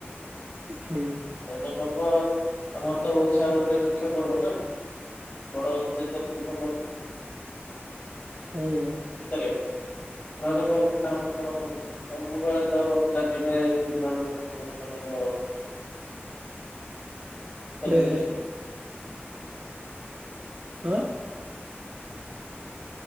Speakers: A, on the right (about 65°); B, on the left (about 40°).
A: ହୁଁ।
B: ରଜ ପର୍ବ ଆମର ତ ଓଡିଶାର ଗୋଟେ ମୁଖ୍ୟ ପର୍ବ ନା ବଡ଼ ଚନିତ୍ନ୍ତାକ
A: ହୁଁ
B: <unintelligible> ରଜ ପର୍ବ <unintelligible> ସବୁବେଳେ ତ ଚାରିଆଡେ ଧୁମ୍ ଧାମ ରେ ପ୍ରତି ବର୍ଷ ରଜ
A: ହେଲେ
B: <unintelligible>
A: ଆଁ।